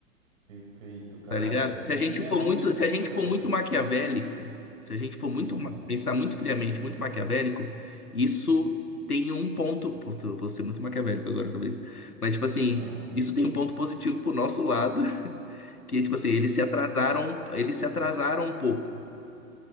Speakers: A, on the right; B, on the left.
A: Perfeito, cara.
B: tá ligado? Se
A: A
B: a gente
A: minha,
B: for
A: minha
B: muito,
A: afetou,
B: se a gente
A: cara.
B: for muito maquiavélico, se a gente for muito,
A: Aham.
B: ma- pensar muito friamente, muito maquiavélico, isso tem um ponto, puta, eu vou ser muito maquiavélico agora, talvez. Mas, tipo assim,
A: Ah.
B: isso tem um ponto positivo pro nosso lado, <laughs> que, tipo assim, eles se atrasaram, eles se atrasaram um pouco.